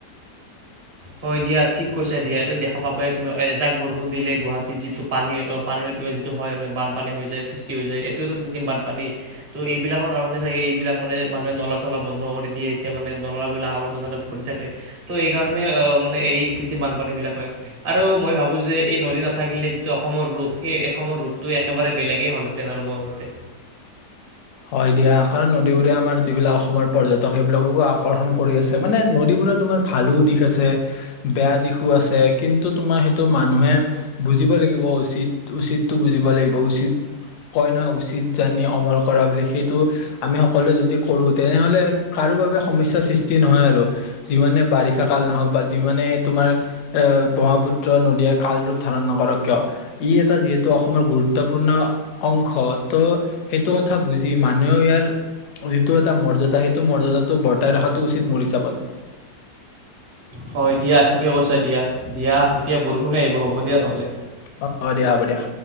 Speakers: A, on the right (about 40°); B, on the left (about 75°).
A: হয় দিয়া ঠিক কৈছে দিয়া এইটো দেখা পাব এ তুমি এজাক বৰষুণ দিলে গুৱাহাটীত যিটো পানীৰ পানীৰ যিটো হয় মানে বানপানী হৈ যায় সৃষ্টি হৈ যায় এইটোৱেটো কৃত্ৰিম বানপানী তো এইবিলাকৰ কাৰণে চাগে এইবিলাক মানে মানুহে নলা চলা বন্ধ কৰি দিয়ে এতিয়া মানে নলাবিলাক আৱৰ্জনাৰে ভৰি থাকে তো এইকাৰণে মানে মানে এই কৃত্ৰিম বানপানী বিলাক হয় আৰু মই ভাবো যে এই নদী নাথাকিলে যিটো অসমৰ ৰূপ সেই অসমৰ ৰূপটো একেবাৰে বেলেগেই হ'লহেতেন আৰু মোৰ মতে
B: হয় দিয়া। কাৰণ নদীবোৰে আমাৰ যিবিলাক অসমৰ পৰ্যটক সেইবিলাককো আকৰ্ষণ কৰি আছে মানে নদীবোৰে তোমাৰ ভালো দিশ আছে বেয়া দিশো আছে কিন্তু তোমাৰ সেইটো মানুহে বুজিব লাগিব উচিত উচিতটো বুজিব লাগিব উচিত কয় নহয় উচিত জানি অমল কৰা বুলি সেইটো আমি সকলোৱে যদি কৰো তেনেহলে কাৰো বাবে সমস্যাৰ সৃষ্টি নহয় আৰু যিমানে বাৰিষা কাল নহওক বা যিমানে তোমাৰ এ ব্ৰহ্মপুত্ৰ নদীয়ে কাল ৰূপ ধাৰণ নকৰক কিয় ই এটা যিহেতু অসমৰ গুৰুত্বপূৰ্ণ অংশ ত' সেইটো কথা বুজি মানুহেও ইয়াৰ যিটো এটা মৰ্যাদা সেইটো মৰ্যদাটো বৰ্তাই ৰখাটো উচিত মোৰ হিচাপত
A: হয় দিয়া ঠিকে কৈছা দিয়া দিয়া এতিয়া বৰষুণে আহিব হ'ব দিয়া নহ'লে।
B: অ হব দিয়া হব দিয়া